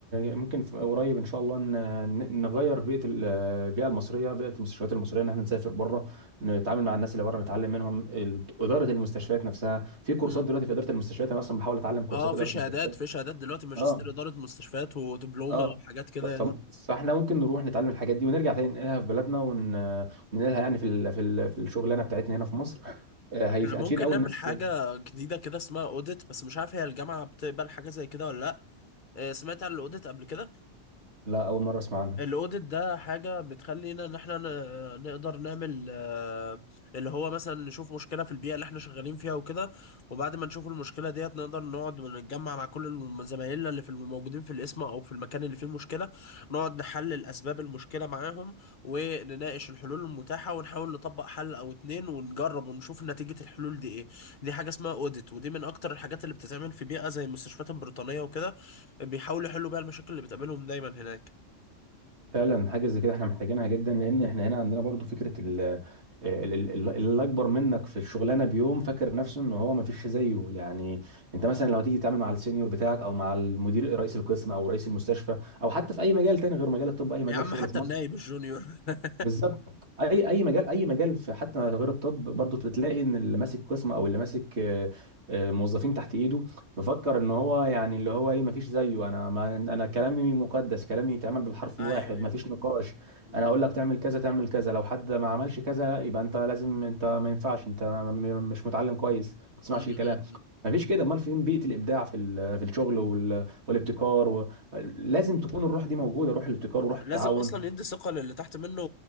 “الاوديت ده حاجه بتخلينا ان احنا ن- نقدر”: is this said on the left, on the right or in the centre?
Left